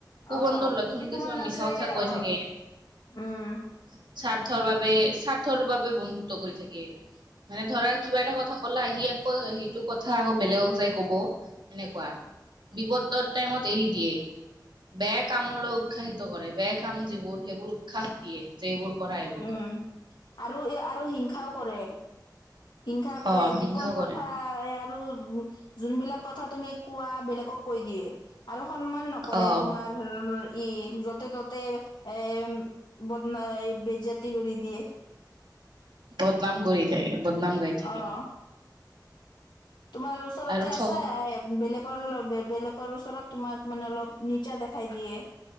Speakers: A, on the right (about 80°); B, on the left (about 85°).
A: কু
B: অ
A: বন্ধুৰ লক্ষণ কিছুমান মিছা
B: আছে
A: কথা কৈ
B: অ
A: থাকে।
B: উম
A: স্বাৰ্থৰ বাবে, স্বাৰ্থৰ বাবে বন্ধুত্ব কৰি থাকে। মানে ধৰা কিবা এটা কথ। কথা ক'লা হি আকৌ সেইটো কথা আকৌ বেলেগক যাই কব, এনেকুৱা। বিপদৰ টাইমত এৰি দিয়ে। বেয়া কামলৈ উৎসাহিত কৰে, বেয়া কাম যিবোৰ সেইবোৰ উৎসাহ। দিয়ে যে এইবোৰ কৰা। এইবোৰ
B: উম,
A: কৰা
B: আৰু এ, আৰু হিংসাও কৰে। হিংসা কৰে,
A: অ
B: গোপন
A: হিংসা কৰে
B: কথা। আৰু যোনবিলাক কথা তুমি কোৱা বেলেগক কৈ দিয়ে, আৰু সন্মান নক। কৰে
A: অ
B: তোমাৰ ই য'তে ত'তে এ, বদনা এই-। বেজ্জাতি কৰি দিয়ে।
A: বদনাম কৰি থাকে, বদনাম গাই। থাকে
B: অ'। তোমাৰ ওচৰতে
A: আৰু ঠ
B: আছে, এ বেলেগ। বল বে বেলেগৰ ওচৰত তোমাক মানে অলপ নিচা দেখাই দিয়ে।